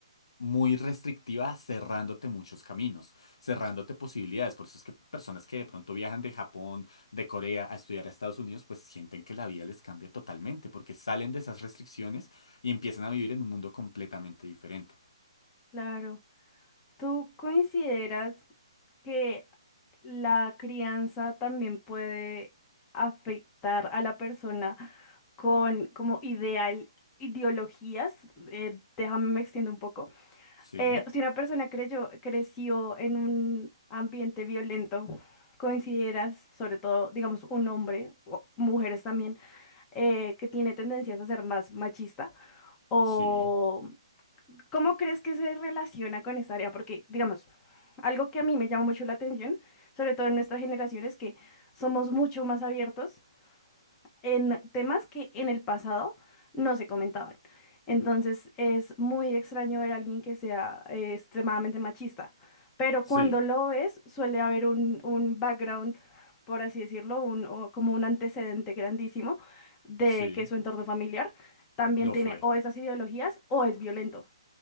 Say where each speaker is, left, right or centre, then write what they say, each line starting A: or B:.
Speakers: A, on the left; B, on the left.
A: muy restrictiva, cerrándote muchos caminos, cerrándote posibilidades. Por eso es que personas que de pronto viajan de Japón, de Corea a estudiar a Estados Unidos, pues sienten que la vida les cambia totalmente, porque salen de esas restricciones y empiezan a vivir en un mundo completamente diferente.
B: claro. ¿Tú consideras que la crianza también puede afectar a la persona con como ideal ideologías? Eh, déjame me extiendo un poco.
A: Sí,
B: Eh, si una persona creyó, creció en un ambiente violento, ¿consideras, sobre todo, digamos, un hombre o mujeres también? eh, que tiene tendencias a ser más machista? ¿O
A: sí,
B: cómo crees que se relaciona con esta área? Porque, digamos, algo que a mí me llama mucho la atención, sobre todo en nuestra generación, es que somos mucho más abiertos en temas que en el pasado no se comentaban. Entonces es muy extraño ver a alguien que sea eh, extremadamente machista, pero
A: sí,
B: cuando lo ves suele haber un, un background, por así decirlo, un, o como un antecedente grandísimo de
A: sí,
B: que su entorno familiar también
A: lo
B: tiene
A: fue.
B: o esas ideologías o es violento.